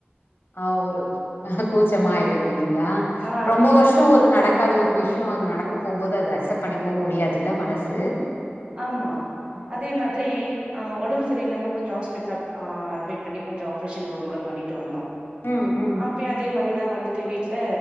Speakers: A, on the left (about 65°); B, on the right (about 25°).
A: ஆஹ் ஒரு அஹ் கூச்சமாயிடுது இல்லிங்க்ளா,
B: ஆ
A: ரொம்ப வர்ஷொ ஒரு நடக் அது ஒரு விஷ்யொ அது நடக்க போம்போது அது அக்செப்ட் பண்ணிக்கவு முடியாதுல்ல மனசு
B: ஆமா
A: ம்
B: அதே மாதிரி ஆஹ்
A: ம்
B: ஒடம்பு சரில்லாம கொஞ்சோ ஆஸ் பிட்ல ஆஹ் அட்மிட் பண்ணி கொஞ்சொ ஆப்ரேஷன் ஒரு முற பன்னிட்டு வந்தோ
A: ம்
B: அப்பியு அதே மாரிதா வந்து து வீட்ல